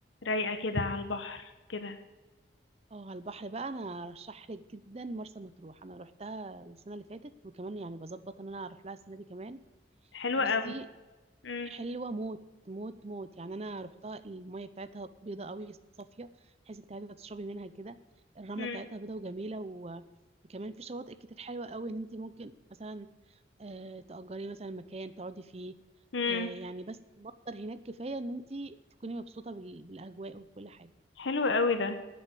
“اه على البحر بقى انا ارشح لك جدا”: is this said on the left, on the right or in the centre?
Right